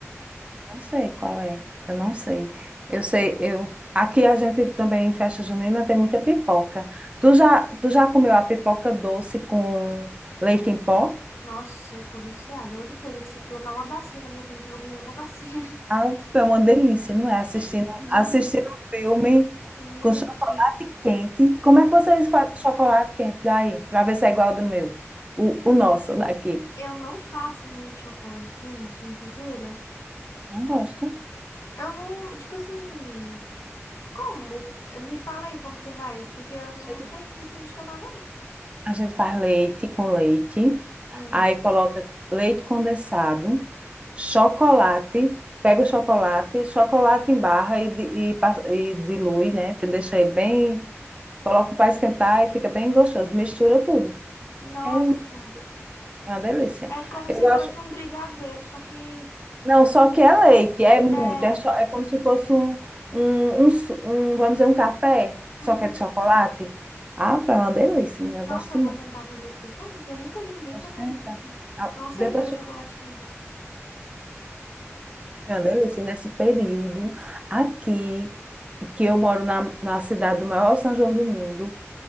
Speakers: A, on the right; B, on the left.
A: Não sei qual é, eu não sei. Eu sei, eu. Aqui a gente também em festa junina tem muita pipoca. Tu já, tu já comeu a pipoca doce com leite em pó?
B: Nossa, eu sou viciada. Outra coisa, que se colocar uma bacia na minha frente, eu vou comer uma bacia
A: Ah, é uma delícia, não é? Assistindo,
B: <laughs>
A: assistindo
B: de.
A: um filme
B: Gente,
A: Com chocolate quente. Como é que vocês
B: e tipo.
A: fazem chocolate quente daí? Para ver se é igual ao do meu. O, o nosso daqui.
B: Eu não faço muito chocolate quente, respira?
A: Não gosto.
B: Eu não. Tipo assim. Como? Me fala aí como que você faz, porque eu não
A: A gente,
B: tenho costume de tomar, não.
A: a gente faz leite com leite.
B: Hum.
A: Aí coloca leite condensado, chocolate. Pega o chocolate, chocolate em barra e, di- e, passa- e dilui, né? Fi- Deixa ele bem. Coloca para esquentar e fica bem gostoso. Mistura tudo.
B: Nossa.
A: É uma delícia. É uma delícia.
B: É como
A: Eu
B: se
A: gosto
B: fosse um brigadeiro, só que.
A: Não, só que é leite, é muito.
B: É.
A: É, cho- é como se fosse um, um, um, su- um, vamos dizer, um café,
B: Uhum.
A: só que é de chocolate. Ah, pá, é uma delícia, mulher.
B: Nossa,
A: Eu gosto demais.
B: eu vou tentar fazer isso depois. Eu nunca vi ninguém
A: Gosto
B: fazer
A: de
B: isso
A: tentar.
B: aqui.
A: Ah,
B: Eu não sei
A: depois
B: fazer chocolate
A: eu-
B: quente.
A: é uma delícia. E Nesse período aqui, que eu moro na, na cidade do maior São João do mundo,